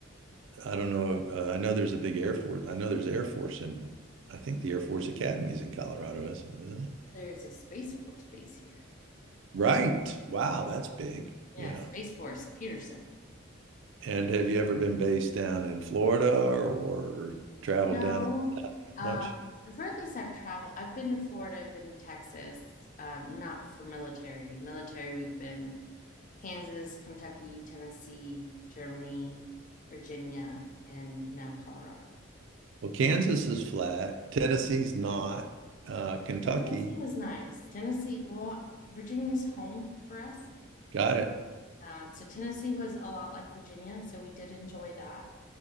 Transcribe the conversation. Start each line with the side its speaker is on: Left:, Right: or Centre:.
Right: I don't know. Uh, I know there's a big Air Force. I know there's Air Force in I think the Air Force Academy is in Colorado, isn't isn't it?
Left: There's a Space Force base here.
Right: Right. Wow, that's big.
Left: Yeah,
Right: Yeah.
Left: Space Force Peterson.
Right: And have you ever been based down in Florida or traveled
Left: No.
Right: down it
Left: Um,
Right: much?
Left: before this, I've traveled. I've been to Florida. I've been to Texas. Um, not for military. Military, we've been Kansas, Kentucky, Tennessee, Germany, Virginia, and now Colorado.
Right: Well, Kansas is flat. Tennessee's not. Uh, Kentucky
Left: Tennessee was nice. Tennessee, well, Virginia's home for us.
Right: Got it.
Left: Um, so Tennessee was a lot like Virginia, so we did enjoy that.